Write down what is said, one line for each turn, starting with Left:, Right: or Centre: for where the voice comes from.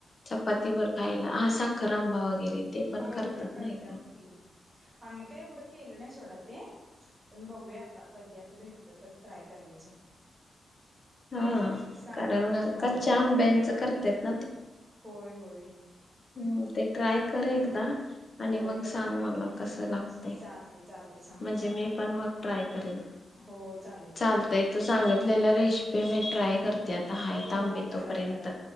Left: चपातीवर खायला हा साख खरआंबा वगैरे ते
Right: होय
Left: पण करतात
Right: होय
Left: नाही का.
Right: की आम्ही काय एवढं केलं नाय सोडा ते पण बघूया आता कधी आता भेटलं तर ट्राय करायचं. <unintelligible>
Left: हा
Right: सांगेन
Left: कारण
Right: मी तुम्हाला
Left: कच्च्या
Right: परत
Left: आंब्यांच
Right: कधी तर
Left: करतेत
Right: होय. होय.
Left: हम् ते ट्राय कर एकदा.
Right: होय
Left: आणि मग
Right: करतो
Left: सांग मला
Right: की
Left: कस लागतय,
Right: चालते चालते सांग
Left: म्हणजे
Right: सांगतो
Left: मी पण मग ट्राय करेन.
Right: हो चालेल चालेल
Left: चालतंय तू सांगितलेला रेसिपी मी ट्राय करते. हाय आंबे
Right: हो करा
Left: तोपर्यंत
Right: करा